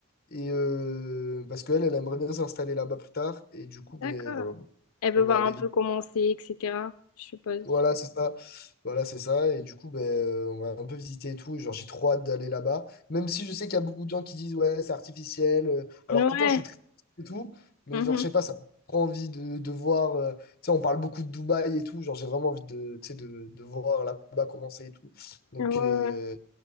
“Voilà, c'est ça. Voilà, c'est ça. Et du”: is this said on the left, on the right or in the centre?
Left